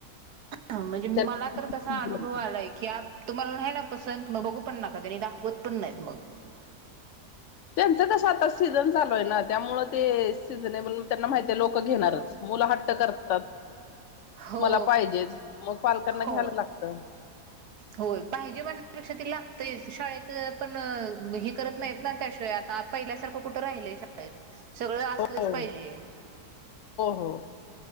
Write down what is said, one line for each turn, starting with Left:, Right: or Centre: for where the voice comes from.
Right: म्हणजे मला
Left: त्या
Right: तर तसा अनुभव आलाय की आज तुम्हाला नाही ना पसंत मग बघू पण नाका त्यांनी दाखवत पण नाही मग
Left: त्यांचं त सात सीझन चाल आहे ना त्यामुळे ते सीझनेबल त्यांना माहितीे लोक घेणारच मुलं हट्ट करतात
Right: हो
Left: मला पाहिजेच मग पालकांना
Right: हो
Left: घ्यायला लागत
Right: होय पाहिजे म्हणण्यापेक्षा ती लागते शाळेत पण हे करत नाहीत ना त्याशिवाय आता पहिल्यासारखं कुठं राहिलय शाळेत सगळं असलंच
Left: हो हो
Right: पाहिजे
Left: हो